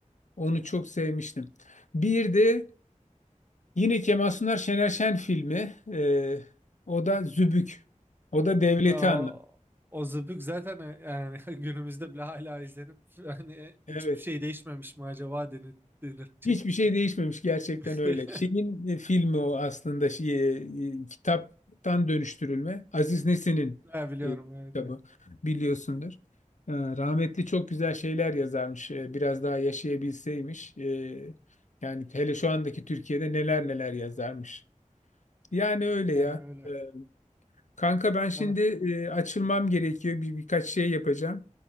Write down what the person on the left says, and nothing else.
onu çok sevmiştim. Bir de yine Kemal Sunar Şener Şen filmi. E, o da Zübük. O da devleti
anlat.
Evet.
Hiçbir
şey değişmemiş gerçekten
öyle. Şeyin e, filmi o aslında şey, e, e, kitaptan dönüştürülme. Aziz Nesin'in
e,
kitabı
biliyorsundur. E, rahmetli çok güzel şeyler yazarmış. E, biraz daha yaşayabilseymiş. E, yani hele şu andaki Türkiye'de neler neler yazarmış. Yani öyle
ya.
E, kanka ben şimdi
e, açılmam gerekiyor. Bir, birkaç şey yapacağım.